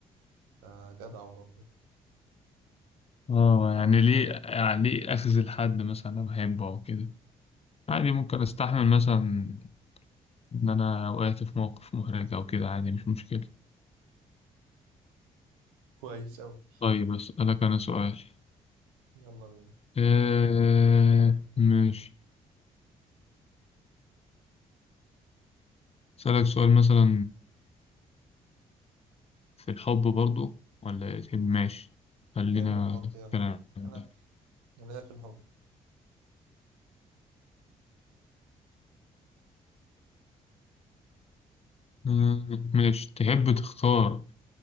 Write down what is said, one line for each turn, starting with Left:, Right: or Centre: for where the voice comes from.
Right: آه جدع وربه
Left: اه يعني ليه يعني ليه أخذ الحد مثلا أنا بحبه أو كده عادي ممكن أستحمل مثلا إن أنا وقعت في موقف محرج أو كده عادي مش مشكلة
Right: كويس أوي
Left: طيب أسألك أنا سؤال
Right: يلا بينا
Left: إيه ماشي أسألك سؤال مثلا في الحب برضو ولا إيه؟ تحب ماشي خلينا
Right: حلو الحب
Left: في الكلام
Right: يلا
Left: ده
Right: أنا أنا ليا في الحب
Left: آه، ماشي تحب تختار